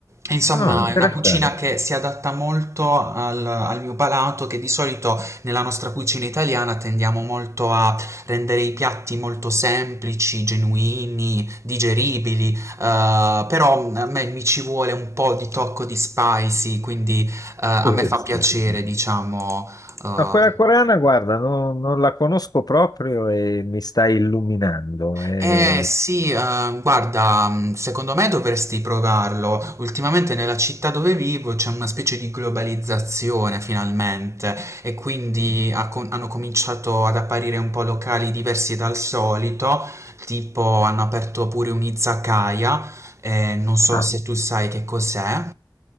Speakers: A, on the right (about 40°); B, on the left (about 60°).
A: Insomma,
B: Ah, interessante.
A: è una cucina che si adatta molto al, al mio palato, che di solito nella nostra cucina italiana tendiamo molto a rendere i piatti molto semplici, genuini, digeribili, eh, però a me mi ci vuole un po' di tocco di spicy, quindi eh, a
B: Sì,
A: me fa
B: sì.
A: piacere,
B: sì.
A: diciamo. eh,
B: No, quella coreana, guarda, non, non la conosco proprio e mi sta illuminando. E...
A: Eh sì, eh, guarda, mh, secondo me dovresti provarlo. Ultimamente nella città dove vivo c'è una specie di globalizzazione finalmente e quindi ha con- hanno cominciato ad apparire un po' locali diversi dal solito, tipo hanno aperto pure un izakaya, eh, non so
B: Ah,
A: se tu sai che cos'è.